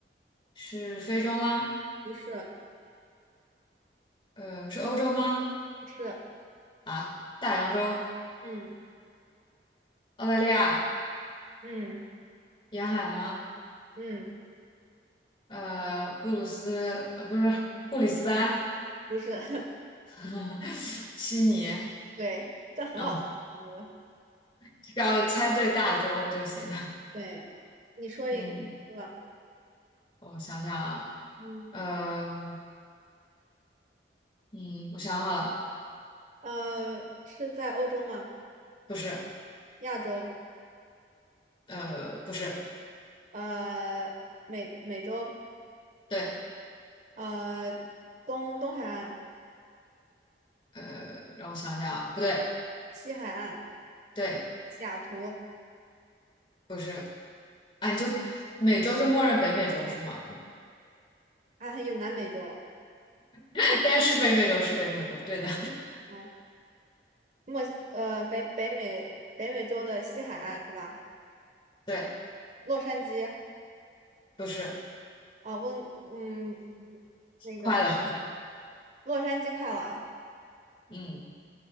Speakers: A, on the left; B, on the right.
A: 是非洲吗？
B: 不是，
A: 呃，是欧洲吗？
B: 不是，
A: 啊，大洋洲，
B: 嗯
A: 澳大利亚
B: 嗯
A: 沿海吗？
B: 嗯，
A: 呃，布鲁斯，呃，不是布里斯班，
B: 不是，<laughs>
A: <laughs> 悉尼，
B: 对，这很好。
A: 啊，
B: 我觉得。
A: 只要猜对大洲就行了。
B: 对，你说一个吧
A: 嗯，我想想啊，
B: 嗯，
A: 呃，嗯，我想好了，
B: 呃，是在欧洲吗？
A: 不是，
B: 亚洲，
A: 呃，不是，
B: 呃，美美洲，
A: 对，
B: 呃，东东海岸、
A: 呃，让我想想啊不对，
B: 西海岸、
A: 对，
B: 西雅图，
A: 不是，啊，你就美洲就默认北美洲是吗？
B: 啊，还有南美洲，
A: <laughs>
B: 墨
A: 但是北美洲是北美洲，对的，
B: 哦墨西呃北北美北美洲的西海岸是吧？
A: <laughs> 对，
B: 洛杉矶
A: 不是，
B: 啊，温嗯，那个
A: 快了，
B: 洛杉矶快了，
A: 嗯，